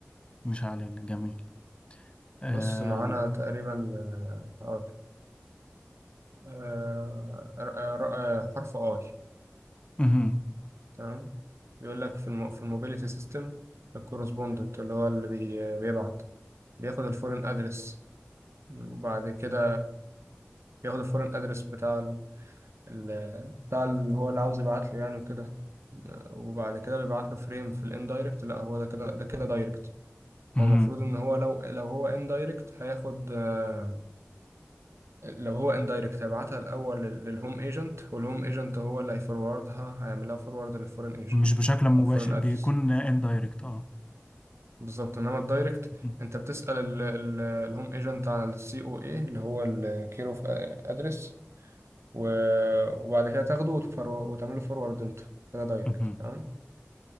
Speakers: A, on the left; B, on the right.
A: مش علينا جميل آه،
B: بص معانا
A: و-
B: تقريبا آه، هقول آه، ر- آه، ر- آه، حرف اي
A: مهم.
B: تمام بيقول لك في الم... في الموبيليتي سيستم الكورسبوندنت اللي هو اللي بي... بيبعت بياخد الفورين ادرس وبعد كده بياخد الفورين ادرس بتاع ال... ال- بتاع اللي هو اللي عاوز يبعت له يعني وكده وبعد كده بيبعت له فريم في الاندايركت لا هو ده كده ده كده دايركت
A: مهم.
B: هو المفروض ان هو لو لو هو اندايركت هياخد آه، لو هو اندايركت هيبعتها الاول لل- للهوم ايجنت والهوم ايجنت هو اللي هيفوروردها هيعملها فورورد للفورين ايجنت
A: مش بشكل مباشر
B: او فورين
A: بيكون
B: ادرس
A: اندايركت اه
B: بالظبط انما الدايركت
A: مهم.
B: انت بتسأل ال- ال- الهوم ايجنت عن السي او اي اللي هو الكير اوف ادرس و... وبعد كده تاخده وتفرو... وتعمله فورورد انت كده دايركت
A: مهم.
B: تمام